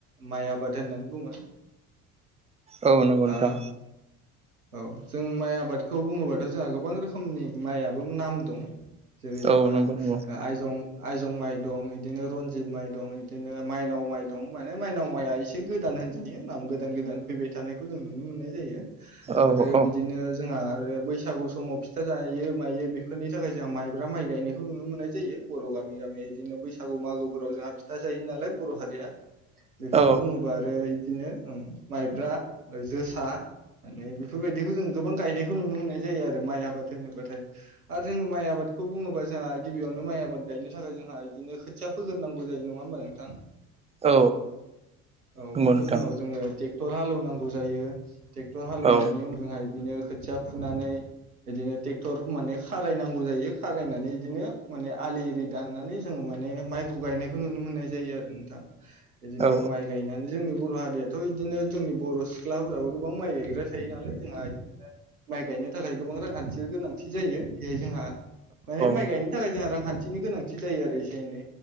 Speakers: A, on the right (about 80°); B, on the right (about 15°).
A: माइ आबाद होननानै बुङो।
B: औ नंगौ नोंथां
A: ओ औ जों माइ आबादखौ बुङोबाथ' जोंहा गोबां रोखोमनि माइआबो नाम दं। जेरै
B: औ
A: जोंहा
B: नंगौ नंगौ
A: आइजं आइजं माइ दं बिदिनो रनजित माइ दं बिदिनो माइनाव माइ दं माने माइनाव माइआ एसे गोदान होनजायो नाम गोदान गोदान फैबाय थानायखौ जों नुनो मोननाय जायो
B: औ
A: आरो
B: औ
A: बिदिनो जोंहा आरो बैसागु समाव फिथा जायो मायो बेफोरनि थाखाय जोंहा माइब्रा माइ गायनायखौ नुनो मोननाय जायो बर' गामि गामि इदिनो बैसागु मागोफोराव जोंहा फिथा जायो नालाय बर' हारिया बेफोरनि
B: औ
A: बुङोब्ला आरो इदिनोओ माइब्रा ओ जोसा माने बेफोरबायदिखौ जों गोबां गायनायखौ नुनो मोननाय जायो आरो माइ आबाद होनोब्लाथाय माइ आबादखौ बुं बुङोबा जोंहा गिबियावनो माइ आबाद गायनो थाखाय जोंहा इदिनो खोथिया फोग्रोनांगौ जायो नङा होमबा नोंथां?
B: औ
A: औ
B: नंगौ
A: बिदि
B: नोंथां
A: उनाव जोङो टेक ट्रेक्टर हालौव नांगौ जायो ट्रेक्टर हालेवनायनि
B: औ
A: उनजोंहाय बिदिनो खोथिया फुनानै बिदिनो ट्रेक्टर माने खा खारायनांगौ जायो खारायनानै बिदिनो माने आलि एरि दाननानै जोङो माने माइखौ गायनायखौ नुनो मोनो। जायो आरो नोंथां बिदिनो
B: औ
A: माइ गायनानै जोंनि बर' हारियाथ' इदिनो जोंनि बर' सिख्लाफोराबो गोबां माइ गायग्रा थायो नालाय जोंहा इदिनो माइ गायनो थाखाय गोबां रांखान्थि गोनांथि जायो बेहाय जोंहा माने
B: औ
A: माइ गायनो थाखाय जोंहा रांखान्थि बिनि गोनांथि जायो आरो एसे एनै